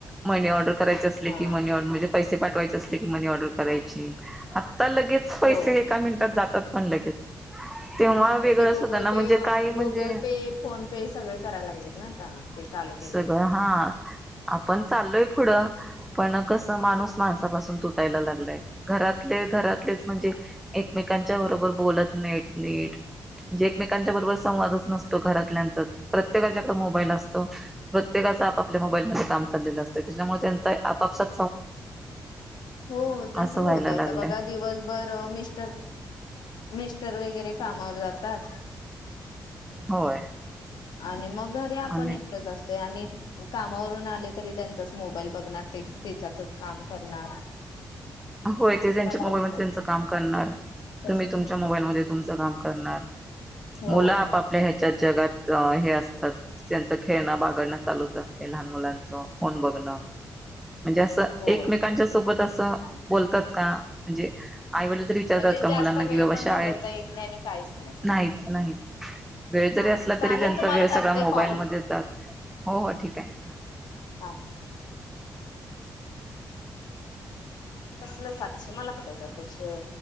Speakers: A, in the centre; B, on the left.
A: मनी ऑर्डर करायचे असले
B: हा
A: की मनी ऑर्डर म्हणजे पैसे पाठवाय असले की मनी ऑर्डर करायचे आता लगेच पैसे
B: हो.
A: एका मिनटात. जातात पण लगेच तेव्हा वेगळंच
B: मग ते गुगल
A: होत ना
B: पे
A: म्हणजे काही म्हणजे
B: गुगल पे फोन पे सगळे करायला लागलेत ना आता ते चालू केलंय.
A: सगळं हा आपण चाललोय पुढ. पण कसं माणूस माणसापासून तुटायला लागलाय घरातले घरातलेच म्हणजे एकमेकांच्या बरोबर बोलत नाहीत नीट. म्हणजे एकमेकांच्या बरोबर संवादच नसतो घरातल्यांचाच प्रत्येकाच्याकडे मोबाईल असतो. प्रत्येका आपापल्या मोबाईलमध्ये काम चाललेलं असत त्याच्यामुळे त्यांच आपआपसात.
B: हो तसच
A: असं व्हायला
B: होतय आता
A: लागलंय
B: बघा दिवसभर मिस्टर मिस्टर वगैरे कामावर जातात.
A: होय.
B: आणि मग घरी आपण
A: आणि
B: एकटच असतो. आणि कामावरून आले तरी त्यांचाच मोबाईल बघणार ते त्याच्यात काम करणार.
A: होय ते त्याच्या
B: मला
A: मोबाईलमध्ये
B: येत नाही
A: त्यांच काम करणार
B: त्यासनी
A: तुम्ही तुमच्या
B: फोन
A: मोबाईलमध्ये तुमच काम करणार
B: होय
A: मुल आपापल्या ह्याच्यात जगात. अ हे असतात त्यांच खेळण बागडण चालूच असते लहान मुलांच फोन बघण. म्हणजे असं
B: होय
A: एकमेकांच्या सोबत अस बोलतात का? म्हणजे आईवडील तरी विचारतात
B: म्हणजे
A: का
B: जास्त
A: मुलांना
B: वेळ
A: कि बाबा
B: पण
A: शाळेत
B: घालवता येत नाही आणि काहीच नाही
A: नाहीच नाहीच. वेळ जरी
B: हा
A: असला
B: हा चालेल
A: तरी त्यांचा
B: तुम्हाला
A: वेळ
B: करते
A: सगळा मोबाईलमध्ये
B: कॉल
A: जातो हो हो ठीक आहे.
B: ह का? कसल सातशे मला कुठे येतात पैसेे